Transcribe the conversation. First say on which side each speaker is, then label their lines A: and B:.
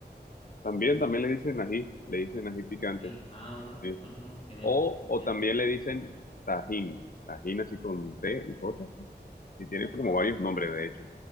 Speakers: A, on the left (about 55°); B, on the left (about 35°).
A: También, también le dicen ají, le dicen ají picante.
B: Ají, ah, bueno,
A: sí.
B: bueno, bueno, genial,
A: O, o
B: genial.
A: también le dicen tajín, tajín así con T y J. Y tiene
B: Ajá.
A: como varios nombres, de hecho.